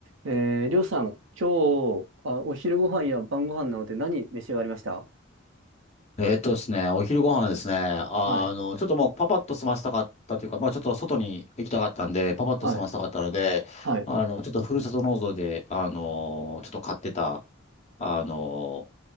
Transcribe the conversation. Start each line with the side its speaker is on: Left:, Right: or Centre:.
Right: えー、りょうさん、今日、あ、お昼ご飯や晩ご飯なので何召し上がりました
Left: えっとですね、お昼ご飯ですね。あの、
Right: はい、
Left: ちょっともうパパッと済ませたかったというか、まあちょっと外に行きたかったんで、パパッと済ませたかったので、
Right: はい、はい、
Left: あの、ちょっとふるさと納税で、あの、ちょっと買ってた、あの、